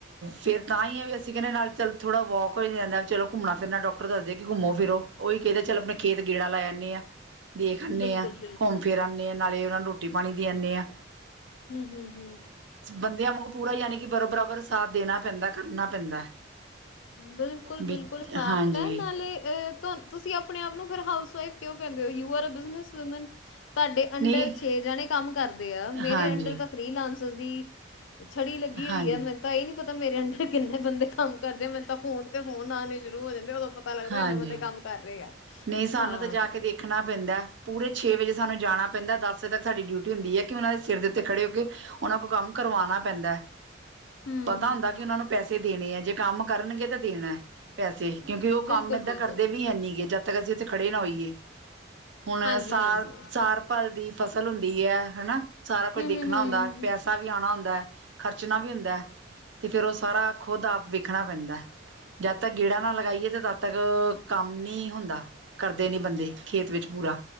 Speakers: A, on the right (about 75°); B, on the left (about 80°).
A: ਫਿਰ ਤਾਂ ਇਹ ਵੀ ਹੈ, ਅਸੀਂ ਕਹਿੰਦੇ ਹਾਂ ਕਿ ਨਾਲ-ਨਾਲ ਥੋੜ੍ਹਾ ਵਾਕ ਵੀ ਹੋ ਜਾਂਦਾ। ਚਲੋ, ਘੁੰਮਣਾ-ਫਿਰਣਾ ਵੀ ਹੋ ਜਾਂਦਾ ਹੈ, ਡਾਕਟਰ ਵੀ ਕਹਿੰਦੇ ਹਨ ਕਿ ਘੁੰਮੋ-ਫਿਰੋ। ਉਹੀ ਕਹਿੰਦੇ ਹਨ, ਚੱਲ ਆਪਣੇ ਖੇਤ ਗੇੜਾ ਲਾ ਆਨੇ ਆ ਦੇਖ ਆਉਂਦੇ
B: ਬਿਲਕੁਲ
A: ਹਾਂ,
B: ਬਿਲਕੁਲ
A: ਘੁੰਮ-ਫਿਰ ਆਉਂਦੇ ਹਾਂ, ਨਾਲੇ ਉਹਨਾਂ ਨੂੰ ਰੋਟੀ-ਪਾਣੀ ਵੀ ਦੇ ਆਉਂਨੇ ਹਾਂ।
B: ਹੰਮ, ਹੰਮ, ਹੰਮ।
A: ਬੰਦਿਆਂ ਵਾਂਗ ਪੂਰਾ, ਯਾਨੀ ਕਿ ਬਰਾਬਰ ਦਾ ਸਾਥ ਦੇਣਾ ਪੈਂਦਾ ਹੈ, ਕਰਨਾ ਪੈਂਦਾ
B: ਬਿਲਕੁਲ,
A: ਵੀ
B: ਬਿਲਕੁਲ, ਇਹ ਫੈਕਟ
A: ਹਾਂਜੀ
B: ਹੈ, ਨਾਲੇ ਤੁਸੀਂ ਆਪਣੇ ਆਪ ਨੂੰ ਫਿਰ ਹਾਊਸ ਵਾਈਫ ਕਿਉਂ ਕਹਿੰਦੇ ਹੋ ਯੂ ਆਰ ਮੈਨੂੰ ਸਮਝ, ਤੁਹਾਡੇ ਅੰਡਰ
A: ਨਹੀਂ
B: ਛੇ ਜਣੇ ਕੰਮ ਕਰਦੇ ਆ, ਮੇਰੇ
A: ਹਾਂਜੀ
B: ਅੰਡਰ ਤਾ ਫਰੀਲਾਂਸਸ ਦੀ ਛੜੀ ਲੱਗੀ ਹੋਈ
A: ਹਾਂ
B: ਹੈ। ਮੈਨੂੰ ਤਾਂ ਇਹ ਵੀ ਨਹੀਂ ਪਤਾ ਕਿ ਮੇਰੇ ਅੰਡਰ ਕਿੰਨੇ ਬੰਦੇ ਕੰਮ ਕਰਦੇ ਹਨ। ਕਰਦੇ। ਮੈਨੂੰ ਤਾਂ ਫੋਨ 'ਤੇ ਫੋਨ ਆਉਣੇ ਸ਼ੁਰੂ ਹੋ ਜਾਂਦੇ ਨੇ, ਉਦੋਂ ਪਤਾ ਲੱਗਦਾ
A: ਹਾਂਜੀ
B: ਕਿ ਐਨੇ ਬੰਦੇ ਕੰਮ ਕਰ ਰਹੇ ਆ।
A: ਨਹੀਂ ਸਾਨੂੰ
B: ਹਾਂ
A: ਤਾਂ ਜਾ ਕੇ ਦੇਖਣਾ ਪੈਂਦਾ। ਪੂਰੇ ਛੇ ਵਜੇ ਸਾਨੂੰ ਜਾਣਾ ਪੈਂਦਾ। ਦਸ ਵਜੇ ਤੱਕ ਸਾਡੀ ਡਿਊਟੀ ਹੁੰਦੀ ਐ ਕਿ ਉਹਨਾਂ ਦੇ ਸਿਰ 'ਤੇ ਖੜ੍ਹੇ ਹੋ ਕੇ ਕੰਮ ਦੀ ਦੇਖਭਾਲ ਕਰੀਏ। ਉਹਨਾਂ ਤੋਂ ਕੰਮ ਕਰਵਾਣਾ ਪੈਂਦਾ।
B: ਹੂੰ
A: ਪਤਾ ਹੁੰਦਾ ਕੀ ਉਹਨਾਂ ਨੂੰ ਪੈਸੇ ਦੇਣੇ ਆ ਜੇ ਕੰਮ ਕਰਨਗੇ ਤਾਂ ਦੇਣਾ। ਪੈਸੇ ਕਿਉਂਕਿ ਉਹ
B: ਬਿਲਕੁਲ
A: ਕੰਮ ਏਦਾਂ
B: ਬਿਲਕੁਲ
A: ਕਰਦੇ ਵੀ ਹੈ ਨੀ ਗੇ ਜਦ। ਜਦੋਂ ਤੱਕ ਅਸੀਂ ਉੱਥੇ ਖੜ੍ਹੇ ਨਾ ਹੋਈਏ, ਹੁਣ
B: ਹਾਂਜੀ
A: ਸਾਲ
B: ਹਾਂਜੀ ਹੂੰ
A: ਸਾਲ ਭਰ ਦੀ। ਫ਼ਸਲ ਹੁੰਦੀ ਐ ਹਨਾ, ਸਾਰਾ ਕੁਝ ਦੇਖਣਾ
B: ਹੂੰ ਹੂੰ ਹੂੰ
A: ਹੁੰਦਾ। ਪੈਸੇ,
B: ਹੂੰ
A: ਪੈਸਾ ਵੀ ਆਣਾ ਹੁੰਦਾ ਐ, ਖਰਚਣਾ ਵੀ ਹੁੰਦਾ ਐ, ਤੇ ਫਿਰ ਉਹ ਸਾਰਾ ਖੁਦ ਆਪ ਦੇਖਣਾ ਪੈਂਦਾ ਜਦ ਤੱਕ ਗੇੜਾ ਨਾ ਲਗਾਈਏ, ਤੇ ਤਦ ਤੱਕ ਕੰਮ ਨੀ ਹੁੰਦਾ। ਕਰਦੇ ਨੀ ਬੰਦੇ ਖੇਤ ਵਿੱਚ ਪੂਰਾ